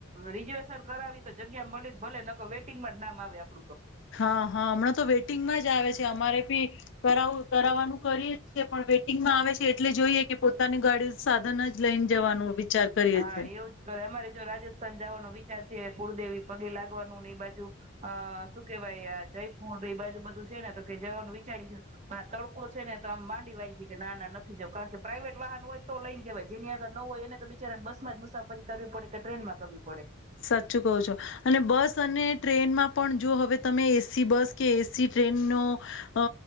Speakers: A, on the right; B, on the left.
A: રિજર્વેશન કરાવી તો જગ્યામાં મળ ભલે નક વેટિંગમાં જ નામ આવે આપડું તો
B: હા હા હમણાં તો વેઇટિંગમાં જ આવે છે, અમારે ભી કરાવું કરાવવાનું કરીએ જ પણ વેટિંગમાં આવે છે એટલે જોઈએ કે પોતાની ગાડી સાધન જ લઈને જવાનું. વિચાર કરીએ
A: હા
B: છે
A: એવું જ કરે અમારે જો રાજસ્થાન જવાનો વિ વિચાર છે કુળદેવી પગે લાગવાનું ને એ બાજુ અ શું કેહેવાય આ જયપુર ને એ બાજુ બધું છે ને તો કે જવાનું વિચારી છે પણ આ તડકો છે, ને તો આમ માંડી વાય છે કે ના ના નથી જવ કારણ કે પ્રાઈઇવેટ વાહન હોય તો લઈને જવાય જેની આગર ન હોય એને તો બિચારા બસમાં જ મુસાફરી કરવી પડે કે ટ્રેન માં કરવી પડે.
B: સાચું કો છો, અને બસ અને ટ્રેનમાં પણ જો હવે તમે એસી બસ કે એસી ટ્રેનનો અ